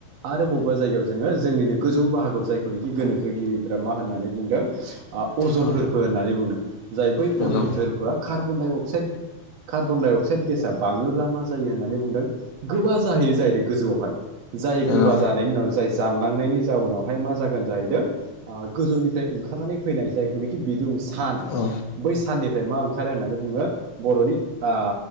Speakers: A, on the right; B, on the left.
A: आरो बबेबा जायगायाव जोङो जोंनिनो गोजौ बाहागोआव जायखौनोखि गोनोखोगिरिफ्रा मा होननानै बुंदों। आ अजन
B: औ
A: थोरफो होननानै बुंदों जाय बै
B: नंगौ
A: अजन
B: औ
A: थोरफोआ कार्बन डाइ अ क्साइड कार्बन डाइ अक्साइड गेसा बाङोब्ला मा जायो होननानै बुंदों गोबा जाहैयो जाहैदों गोजौआवहाय जाय
B: नंगौ
A: गोबा जानायनि उनाव जाय जामलांनायनि जाउनावहाय मा जागोन जाहैदों अ गोजौनिफ्राय ओंखारनानै फैनाय जायखौनिखि बिदुं सान
B: औ
A: बै साननि फ्राय मा ओंखारो होननानै बुङो बर'नि आ